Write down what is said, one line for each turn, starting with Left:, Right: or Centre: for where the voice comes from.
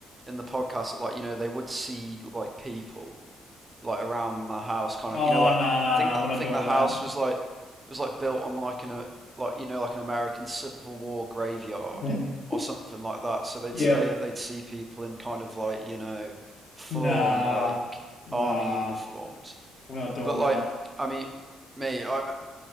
Right: in the podcast that like you know they would see like people like around the house, kind of
Left: Oh,
Right: you know like
Left: no, no,
Right: think
Left: no,
Right: that
Left: we're
Right: think
Left: not doing
Right: the house
Left: that.
Right: was like it was like built on like an a like you know like an American Civil War graveyard
Left: <laughs>
Right: or something like that. So they'd
Left: Yep.
Right: say that they'd see people in kind of like you know full
Left: Nah,
Right: on like
Left: nah,
Right: army uniforms.
Left: we're not doing
Right: But like
Left: that.
Right: I mean, me I